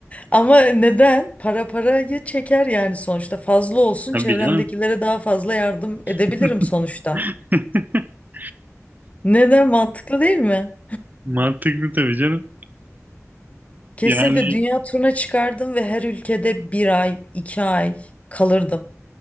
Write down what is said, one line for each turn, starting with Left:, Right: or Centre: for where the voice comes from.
Left: Ama neden? Para parayı çeker yani sonuçta. Fazla olsun
Right: Tabii
Left: çevremdekilere
Right: canım.
Left: daha fazla yardım edebilirim
Right: <laughs>
Left: sonuçta.
Right: <laughs>
Left: Neden? Mantıklı değil mi?
Right: Mantıklı tabii canım.
Left: Kesinlikle
Right: Yani
Left: dünya turuna çıkardım ve her ülkede bir ay, iki ay kalırdım.